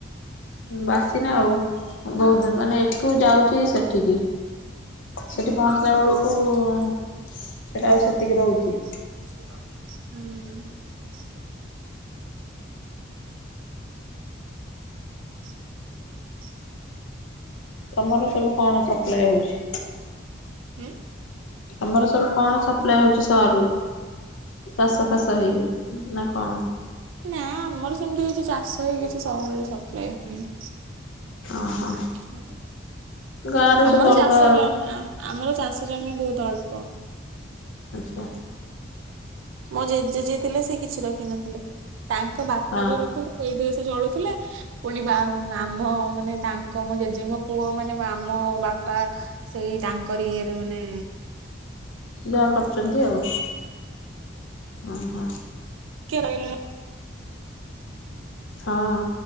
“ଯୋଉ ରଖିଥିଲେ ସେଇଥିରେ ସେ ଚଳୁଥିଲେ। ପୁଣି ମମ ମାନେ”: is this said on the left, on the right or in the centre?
Right